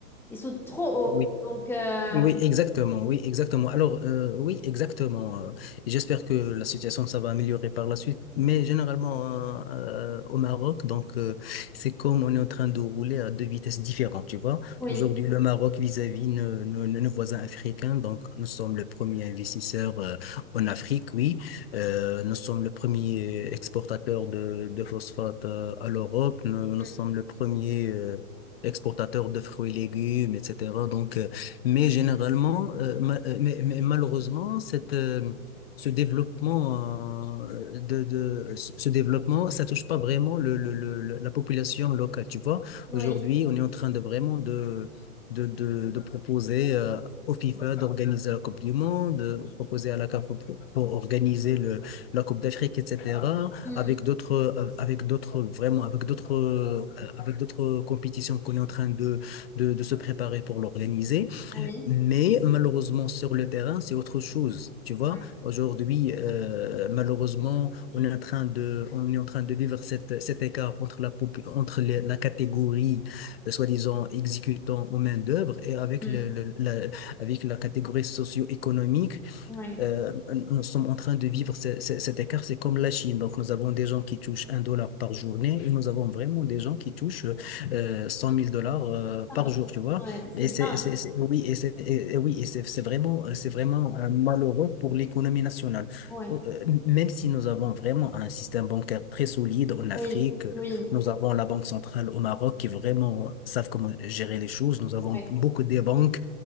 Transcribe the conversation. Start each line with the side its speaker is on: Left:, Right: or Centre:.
Centre: ils sont trop hauts.
Left: oui.
Centre: Donc, euh,
Left: Oui, exactement, oui, exactement. Alors, euh, oui, exactement. euh, et j'espère que la situation, ça va améliorer par la suite. Mais généralement, euh, euh, au Maroc, donc, euh, c'est comme on est en train de rouler à deux vitesses différentes, tu vois.
Centre: oui,
Left: Aujourd'hui, le Maroc vis-à-vis nos, nos- nos voisins africains, donc, nous sommes le premier investisseur euh, en Afrique, oui. Euh, nous sommes le premier exportateur de, de phosphate euh, à l'Europe. Nous, nous
Centre: mm,
Left: sommes le premier... euh, exportateur de fruits et légumes, etc. Donc, euh, mais généralement, euh, ma- euh, mais, mais malheureusement, cette, euh, ce développement, euh, de, de- ce ce développement, ça touche pas vraiment le, le- le- le- la population locale. Tu vois,
Centre: oui,
Left: aujourd'hui, on est en train de vraiment de, de, de, de proposer euh, au FIFA d'organiser la Coupe du Monde, de proposer à la CAF pour, pour organiser le, la Coupe d'Afrique, etc.
Centre: mm,
Left: Avec d'autres, euh, avec d'autres, vraiment, avec d'autres, euh, avec d'autres compétitions qu'on est en train de, de, de se préparer pour l'organiser.
Centre: oui,
Left: Mais malheureusement, sur le terrain, c'est autre chose. Tu vois,
Centre: oui,
Left: aujourd'hui, euh, malheureusement, on est en train de, on est en train de vivre cette, cet écart entre la, popu- entre les- la catégorie, euh, soi-disant, exécutant aux main-d'œuvre et avec,
Centre: mm,
Left: le, le- la, avec la catégorie socio-économique
Centre: oui.
Left: euh, nous sommes en train de vivre ce- ce- cet écart, c'est comme la Chine. Donc, nous avons des gens qui touchent un dollar par journée et nous avons vraiment des gens qui touchent euh, 100 000 dollars euh, par
Centre: Ah,
Left: jour, tu vois.
Centre: ouais, c'est
Left: Et c'est,
Centre: dingue.
Left: et c'est- c'est- oui, et c'est, et- et oui, et c'est c'est vraiment, c'est vraiment euh, malheureux pour l'économie nationale.
Centre: Ouais.
Left: Euh, Même si nous avons vraiment un système bancaire très solide en Afrique,
Centre: Oui, oui,
Left: nous avons la Banque centrale au Maroc qui vraiment savent comment gérer les choses. Nous avons
Centre: ouais,
Left: beaucoup de banques